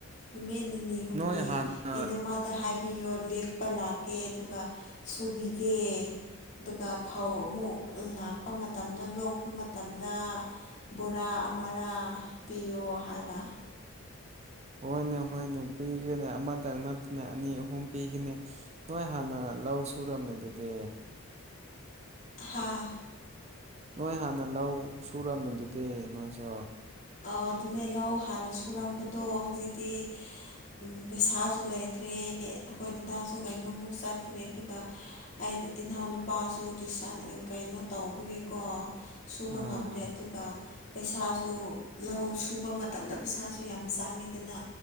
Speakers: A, on the left; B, on the right.
A: ꯅꯨꯃꯤꯠ ꯅꯤꯅꯤ ꯍꯨꯝꯅꯤ
B: ꯅꯣꯏ ꯍꯥꯟꯅ
A: ꯏꯅꯝꯃꯗ ꯍꯥꯏ ꯕꯤꯌꯣ ꯂꯦꯛꯄ ꯂꯥꯛꯀꯦ ꯑꯗꯨꯒ ꯁꯨꯕꯤꯒꯦ ꯗꯨꯒ ꯐꯧ ꯑꯃꯨꯛ ꯂꯥꯛꯄ ꯃꯇꯝꯗ ꯂꯣꯛꯄ ꯃꯇꯝꯗ ꯕꯣꯔꯥ ꯑꯃꯔꯥ ꯄꯤꯌꯣ ꯍꯥꯏꯕ
B: ꯍꯣꯏꯅꯦ ꯍꯣꯏꯅꯦ ꯄꯤꯒꯦꯅꯦ ꯑꯃꯇꯪ ꯅꯠꯇꯦꯅꯦ ꯑꯅꯤ ꯑꯍꯨꯝ ꯄꯤꯒꯤꯅꯦ ꯅꯣꯏ ꯍꯥꯟꯅ ꯂꯧ ꯁꯨꯔꯝꯃꯤ ꯗꯨꯗꯤ
A: ꯍꯥꯥ
B: ꯅꯣꯏ ꯍꯥꯟꯅ ꯂꯧ ꯁꯨꯔꯝꯃꯤꯗꯨꯗꯤ ꯅꯣꯏꯁꯨ
A: ꯑꯗꯨꯅꯦ ꯂꯧ ꯍꯥꯟꯅ ꯁꯨꯔꯝꯕꯗꯣ ꯍꯧꯖꯤꯛꯇꯤ ꯎꯝ ꯄꯩꯁꯥꯁꯨ ꯂꯩꯇ꯭ꯔꯦ ꯑꯈꯣꯏ ꯗꯗꯥꯁꯨ ꯀꯩꯅꯣꯃꯨꯛ ꯆꯠꯈ꯭ꯔꯦ ꯑꯗꯨꯒ ꯑꯩ ꯏꯅꯥꯎ ꯅꯨꯨꯄꯥꯁꯨ ꯇꯨꯏꯁꯟ ꯀꯩꯅꯣ ꯇꯧꯕꯒꯤꯀꯣ ꯁꯨꯕ
B: ꯑꯥ
A: ꯉꯝꯗ꯭ꯔꯦ ꯑꯗꯨꯒ ꯄꯩꯁꯥꯁꯨ ꯂꯧ ꯁꯨꯕ ꯃꯇꯝꯗ ꯄꯩꯁꯥꯁꯨ ꯌꯥꯝ ꯆꯪꯉꯦꯗꯅ